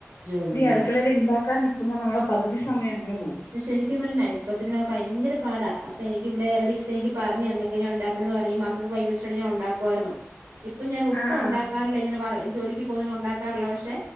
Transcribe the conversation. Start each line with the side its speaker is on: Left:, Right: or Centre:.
Right: ജോലി
Left: ഇത് ഈ
Right: ചെയ്യാ
Left: അടുക്കളയില് ഇണ്ടാക്കാൻ നി കുമ്മെ നമ്മളെ പകുതി സമയം അങ്ങനെ പോവും.
Right: ഇത്‌ ശരിക്കും പറഞ്ഞ നൈസ്പത്തിരി ഇണ്ടാക്കാൻ ഭയങ്കര പാടാ. അപ്പൊ എനിക്കിവിടെ ഒരു ഇത്ത എനിക്ക് പറഞ്ഞു തന്നു എങ്ങനെ ഉണ്ടാക്ക പറയും മക്കക്ക് ഭയങ്കരെഷ്ടാണെങ്കി ഞാൻ ഉണ്ടാക്കുമായിരുന്നു. ഇപ്പ ഞാൻ ഒട്ടും
Left: ആഹ്
Right: ഒണ്ടാക്കാറില്ല
Left: ആഹ്
Right: ഇങ്ങനെ വർ ജോലിക്ക് പോകുന്നത്കൊണ്ട് ഉണ്ടാക്കാറില്ല. പക്ഷെ